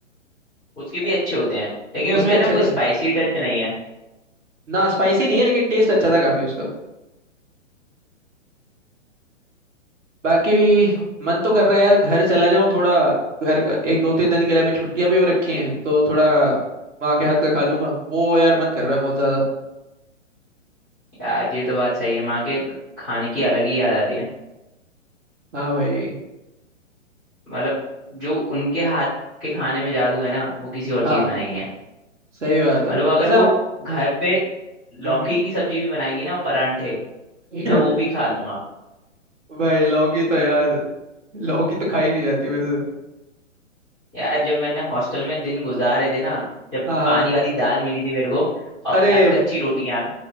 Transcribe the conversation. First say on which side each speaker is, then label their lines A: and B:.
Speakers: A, in the centre; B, on the right.
A: उसके भी अच्छे होते हैं लेकिन उसमें
B: उसके
A: है
B: अच्छे
A: ना वो
B: थे
A: स्पाइसी टच नहीं है
B: ना स्पाइसी नहीं है लेकिन टेस्ट अच्छा था काफी उसका बाकी मन तो कर रहा है यार घर चला जाऊं थोड़ा घर का एक दो तीन दिन के लिए अभी छुट्टियां भी हो रखी हैं तो थोड़ा माँ के हाथ का खा लूंगा वो यार मन कर रहा है बहुत ज्यादा
A: यार ये तो बात सही है माँ के खाने की अलग ही याद आती है
B: हाँ भाई
A: मतलब जो उनके हाथ के खाने में जादू है ना वो किसी और
B: हाँ
A: चीज में नहीं है
B: सही बात है
A: मतलब अगर
B: वैसे
A: वो
B: आप
A: घर पे
B: हम्म
A: लौकी
B: हम्म।
A: की सब्जी भी बनाएंगी ना और परांठे
B: <laughs>
A: मैं वो भी खा लूंगा
B: भाई लौकी तो यार लौकी तो खाई नहीं जाती मेरे
A: यार जब मैंने हॉस्टल में दिन गुजारे थे ना जब
B: हाँ हाँ
A: पानी वाली दाल मिली थी मेरे को और
B: अरे
A: अधकच्ची रोटियां